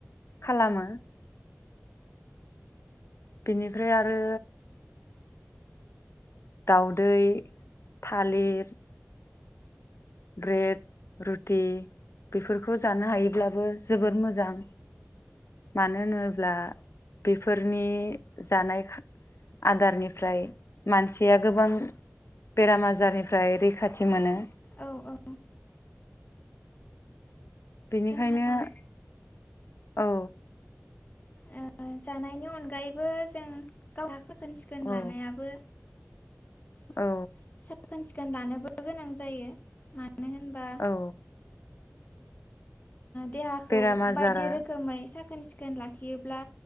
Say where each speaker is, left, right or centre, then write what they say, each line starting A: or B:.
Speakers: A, on the left (about 55°); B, on the left (about 35°).
A: खालामो बेनिफ्राय आरो दाउदै थालिर ब्रेड रुटि बेफोरखौ जानो हायोब्लाबो जोबोर मोजां मानो होनो अब्ला बेफोरनि जानाय आदारनिफ्राय मानसिया गोबां बेराम आजारनिफ्राय रैखाथि मोनो
B: औ औ औ
A: बेनिखायनो
B: जोंहा
A: औ
B: ओ जानायनि अनगायैबो जों गावहा सिखोन
A: औ
B: लानायाबो <unintelligible>
A: औ
B: लानोबो गोनां जायो मानो होनबा
A: औ
B: देहाखौ
A: बेराम आजारा
B: बायदि रोखोमै साख साखोन सिखोन लाखियोब्ला